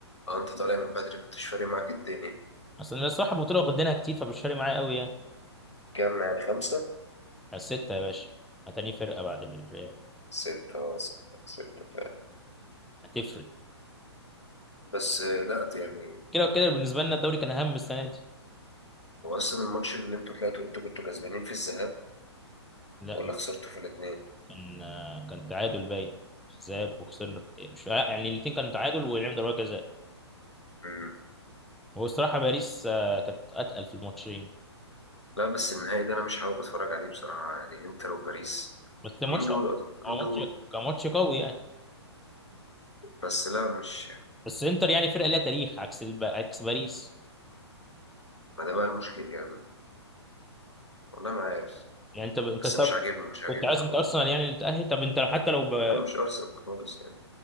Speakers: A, on the left; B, in the centre.
A: أه أنت طالع من بدري فمش فارق معاك الدنيا
B: اصل أنا الصراحه البطوله واخدينها كتير فمش فارق معايا قوي يعني
A: كام يعني خمسة
B: على السته يا باشا هتاني فرقه بعد الريال
A: ستة اه ستة ستة فعلا
B: هتفرق
A: بس آه، لا يعني
B: كده وكده بالنسبه لنا الدوري كان اهم السنه دي
A: هو أصلا الماتش اللي انتوا طلعتوا انتوا كنتوا كسبانين في الذهاب
B: لا
A: ولا خسرتوا في الاتنين؟
B: كان آه، كان تعادل باين ذهاب وخسرنا في الإيه. مش آه، يعني الاثنين كانوا تعادل ولعبنا ضربات جزاء
A: مم.
B: هو الصراحه باريس آه، كانت اتقل في الماتشين
A: لا بس النهائي ده أنا مش حابب أتفرج عليه بصراحة يعني إنتر وباريس
B: بس الماتش
A: مين دول أصلا؟
B: هو
A: مين دول؟
B: ماتش كان ماتش قوي يعني
A: بس لا مش
B: بس انتر يعني فرقه ليها تاريخ عكس الب... عكس باريس
A: ما ده بقى المشكلة يعني والله ما عارف
B: يعني انت انت
A: بس مش عاجبني مش عاجبني
B: كنت عايز
A: خالص
B: انت ارسنال يعني اللي تاهل طب انت لو- حتى لو ب... يعني
A: أنا مش أرسنال خالص يعني